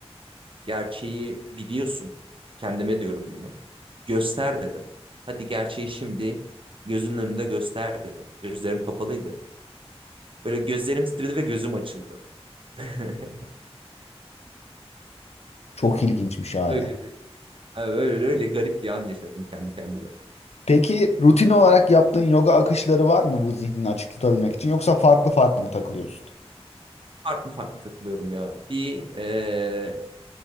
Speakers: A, on the right; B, on the left.
A: gerçeği biliyorsun, kendime diyorum bunu. Göster dedim. Hadi gerçeği şimdi gözünün önünde göster dedim. Gözlerim kapalıydı. Böyle gözlerim titredi ve gözüm açıldı. <laughs>
B: Çok ilginçmiş abi.
A: Öyle bir Ha, öyle öyle garip bir an yaşadım kendi kendime.
B: Peki rutin olarak yaptığın yoga akışları var mı bu zihnini açık tutabilmek için yoksa farklı farklı mı takılıyorsun?
A: Farklı farklı takılıyorum ya. Bir e,